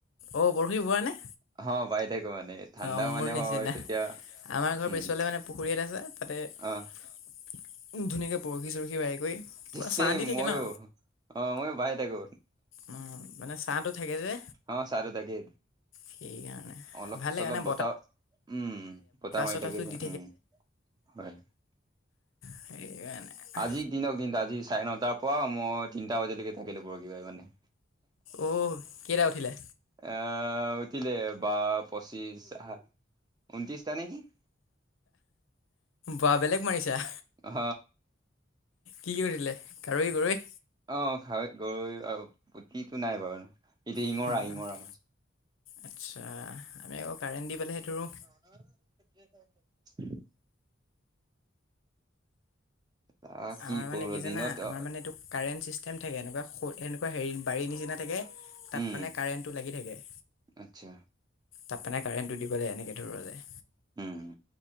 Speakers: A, on the left; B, on the right.
A: অঁ বৰশী বোৱা নে?
B: অ বাই থাকো মানে ঠাণ্ডাও
A: অ মোৰ
B: মানে
A: নিচিনা
B: হয় তেতিয়া
A: আমাৰ ঘৰৰ
B: উম
A: পিছফালে মানে পুখুৰী এটা আছে তাতে উ
B: অ
A: ধুনীয়াকে বৰশী চৰখি বাইকৰি পুৰা
B: চেম
A: চাহ দি থাকে
B: মইয়ো
A: ন
B: অ মইয়ো বাই থাকো
A: ঊ মানে ছাটো থাকে যে
B: অ চাহ দি থাকে
A: সেইকাৰণে
B: অলপ
A: ভাল লাগে
B: চলপ
A: মানে
B: বতাহ উ বতাহ মাৰি
A: চতাহটো
B: থাকে যে
A: দি
B: উ হয়
A: সেইয়া মানে
B: আজিৰ দিনক দিন আজি চাৰে নটাৰ পৰা মই তিনিটা বজালৈকে থাকিলো বৰশী বাই মানে
A: অ কেইটা উঠিলে?
B: এ উতিলে বা পঁচিশ আহ ঊনত্ৰিশটা নেকি -
A: বা বেলেগ মাৰিছা।
B: অ
A: কি কৰিলে কাৰৈ গৰৈ?
B: অ খাই গৰৈ আৰু পুঠিটো নাই বাৰু সেইটো শিঙৰা
A: গৰৈ
B: শিঙৰা
A: আচ্ছা আমি আকৌ কাৰেণ্ট দি পেলাইহে
B: <unintelligible>
A: ধৰোঁ
B: আহ
A: আমাৰ মানে
B: কৰো
A: কি
B: দিনত
A: জানা আমাৰ
B: অ',
A: মানে এইটো কাৰেণ্ট ছিষ্টেম থাকে এনেকুৱা এনেকুৱা হেৰি বাৰীৰ নিচিনা থাকে। তাত
B: উম,
A: মানে কাৰেণ্টটো লাগি থাকে।
B: আচ্ছা
A: তাত মানে কাৰেণ্টটো দিবলৈ এনেকৈ ধৰা যায়।
B: উম